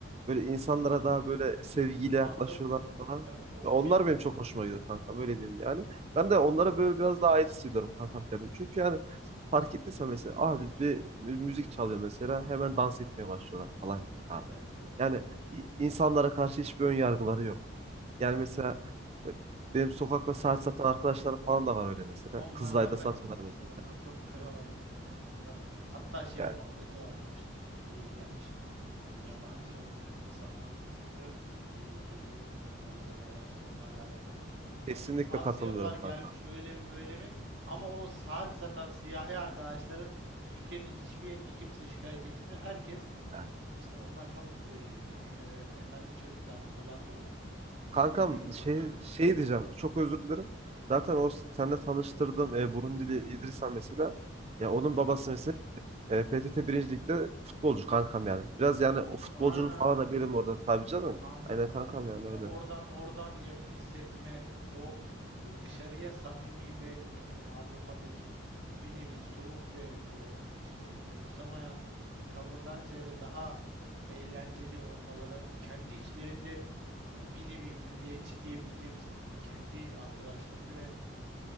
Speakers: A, on the right; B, on the right.
A: Böyle insanlara daha böyle sevgiyle
B: Aa
A: yaklaşıyorlar
B: tabii tabii.
A: falan.
B: Ya o
A: Ya onlar
B: bir
A: benim çok hoşuma gidiyor kankam. Öyle diyeyim yani. Ben de onlara böyle biraz daha ait hissediyorum kankam kendim. Çünkü yani fark ettiysen mesela abi bir mü- müzik çalıyor mesela. Hemen dans etmeye başlıyorlar falan yani abi.
B: evet evet
A: Yani
B: evet evet.
A: i- insanlara karşı hiçbir ön yargıları yok. Yani mesela e, benim sokakta saat satan arkadaşlarım falan da var öyle mesela.
B: Onlar
A: Kızılay'da
B: zaten
A: satıyorlar
B: e,
A: mesela.
B: onlar çok kral adamlar yani onlar hatta şey
A: Yani
B: muhabbeti vardır işte Türkiye'ye gelmiş e, yabancı ırktan insanların e, tehlikeli olmaları veya işte onlarla alakalı
A: kesinlikle
B: atıyorum Asyalılar
A: katılmıyorum
B: gelmiş
A: kankam.
B: öyle mi böyle mi ama o saat satan siyahi arkadaşların Türkiye'nin hiçbir yerinde kimse şikayet etmiyor herkes
A: Evet.
B: işte onlar çok e, e- e, efendi çocuklardı falan diyorlardı
A: Kankam
B: ama dediğim gibi
A: şey,
B: ha.
A: şey diyeceğim çok özür dilerim. Zaten o seninle tanıştırdığım e, Burundili İdrisa mesela. Ya onun babası mesela e, PTT Birinci Lig'de futbolcu kankam yani. Biraz yani o futbolcunun
B: Aa
A: falan da benim
B: tabii.
A: orada tabii canım.
B: Anladım,
A: Aynen kankam
B: anladım.
A: yani öyle.
B: E, oradan oradan yakın hissetme e, o e, dışarıya samimi ve e, hani Avrupa'daki bir nevi soğuk ve o işte umursamayan tavırdan ziyade daha eğlenceli olmaları, e, kendi içlerinde e, bir nevi milliyetçi diyebileceğimiz kendi arkadaşlarını ve